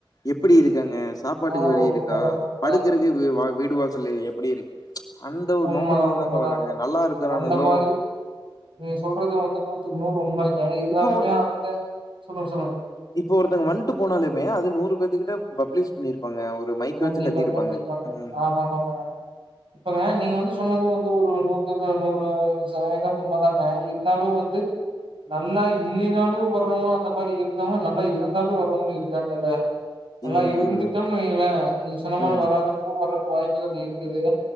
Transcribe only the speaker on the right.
ஆ
உண்மதாங்க,
உண்மதாங்க.
உண்மதான்,
உண்மதாங்க.
அந்த மாரி நீங்க சொல்றது வந்து நூத்துக்கு நூறு உண்மைங்க இருந்தாலுமே
அந்த சொல்லுங் சொல்லுங்க
கண்டிப்பாங்க,
கண்டிப்பாங்க.
ஆமாங்க, ஆமாங்க. இப்பங்க நீங்க வந்து சொன்னது வந்து ஒரு நூத்துக்கு நூறு சதவீதோ உண்மதாங்க இருந்தாலு வந்து நல்லா இல்லினாலு வர்றவங்க அந்த மாதிரி இருக்காங்க நல்லா இருந்தாலு வர்றவங்களு இருக்காங்கல்ல நல்லா
இருந்துட்டோம்னு வைங்களே நீங்க சொன்ன மாதிரி
வராதவங்களு வர்றதுக்கு வாய்ப்புகள் இருக்குது